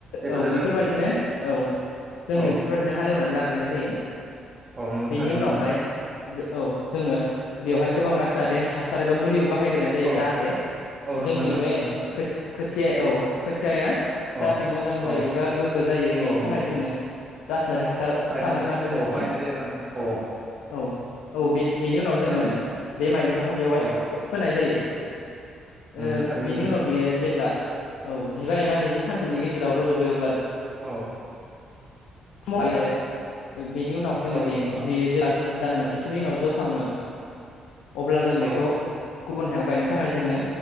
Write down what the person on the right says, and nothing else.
एथर
जालायबाय
नोंथां
औ
अ नोंथां
थारैनो
औ
औ नोंगौ
नोंथां थारैनो
नोंगौ नोंथां
औ
औ
औ नंगौ
नोंथां
बायनो
औ
बायनाय जायो आरोना नोंथां औ
खोनादों नोंथां
औ
नोंथां थारैनो
नोंथां
औ।
औ
नंगौ नोंथां
औ